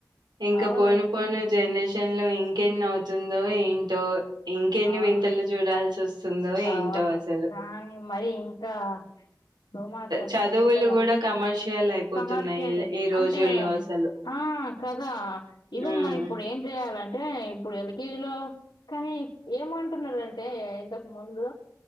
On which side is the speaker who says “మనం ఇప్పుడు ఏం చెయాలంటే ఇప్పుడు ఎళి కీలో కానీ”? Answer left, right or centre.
Left